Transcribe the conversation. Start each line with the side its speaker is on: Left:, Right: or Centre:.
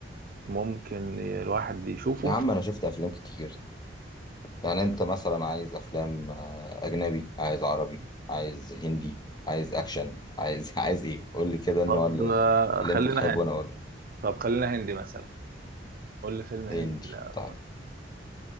Right: ممكن الواحد يشوفه
Left: يا عم انا شفت افلام كتير يعني انت مثلا عايز افلام آه، اجنبي عايز عربي عايز هندي عايز اكشن عايز <laughs> عايز ايه قول لي كده النوع
Right: طب
Left: اللي,
Right: آه،
Left: اللي
Right: خلينا
Left: انت تحبه
Right: هندي
Left: وانا اقول لك.
Right: طب خلينا هندي مثلا قول لي فيلم هندي
Left: هندي
Right: لا
Left: طيب
Right: كنت